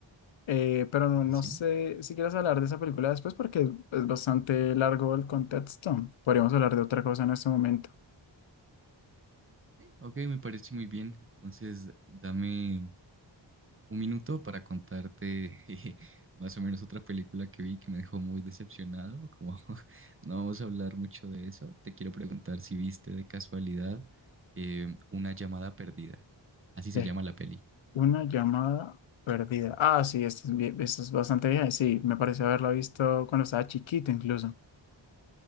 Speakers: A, on the left; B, on the right.
A: eh, pero no, no
B: ¿Así?
A: sé si quieres hablar de esa película después porque es, es bastante largo el contexto. Podríamos hablar de otra cosa en este momento.
B: Ok, me parece muy bien. Entonces, dame un minuto para contarte <laughs> eh, más o menos otra película que vi que me dejó muy decepcionado. Como <laughs> no vamos a hablar mucho de eso, te quiero preguntar si viste de casualidad eh, Una llamada perdida. Así se
A: Eh,
B: llama la peli.
A: Una llamada perdida. Ah, sí, esta es, vie- esta es bastante vieja. Sí, me parece haberla visto cuando estaba chiquito incluso.